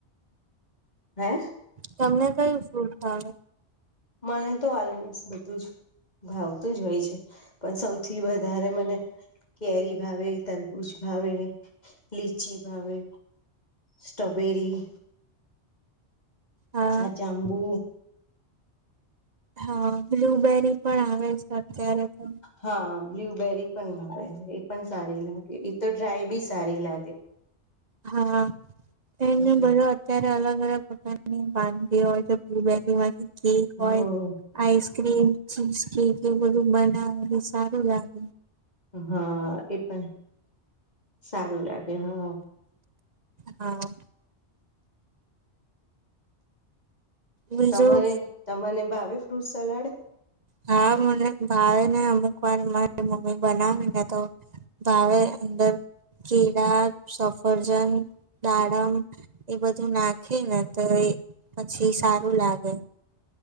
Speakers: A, on the left; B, on the right.
A: હમ્મ.
B: તમને કઈ ફૂલ થાવ.
A: મને તો આલમસ બધું જ. ભાવતું જ હોય છે પણ સૌથી વધારે મને. કેરી ભાવે તરબૂજ ભાવે લીચી ભાવે. સ્ટ્રોબૅરી.
B: હા
A: આજાંબુ.
B: હા બ્લુબેરી. પણ આવે છે અત્યારે તો
A: હા બ્લબેરી પણ ભાવ છે એ પણ સારી લાગે. તો ડ્રાય બી સારી લાગે
B: હા એને
A: હમ
B: બધ અત્યારે અલગ. <unintelligible> કેક હોય.
A: હમ
B: ક્રીમ ચી કે એવું બધું બનાવ એ સારું લાગે.
A: હા એ પણ સારું લાગે હા.
B: હા. બીજું
A: તમારે તને ભાવે ફ્રૂટ સલાડ.
B: હા મને ભાવે ને અમુક વાર મારી મમ્મી બનાવીને તો. ભાવે અંદર. કેળા સફરજન દાડમ એ બધું નાખે ને તો એ. પછી સારું લાગે.